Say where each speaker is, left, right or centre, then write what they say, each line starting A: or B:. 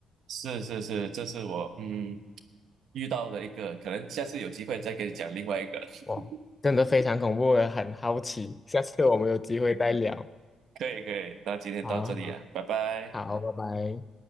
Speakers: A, on the right; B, on the left.
A: 是是是，这是我嗯遇到的一个，可能下次有机会再给你讲另外一个。
B: 哇，
A: <laughs>
B: 真的非常恐怖，我也很好奇，下次我们有机会再聊。
A: 可以可以，那今天到这里啊，
B: 好
A: 拜拜。
B: 好好，拜拜。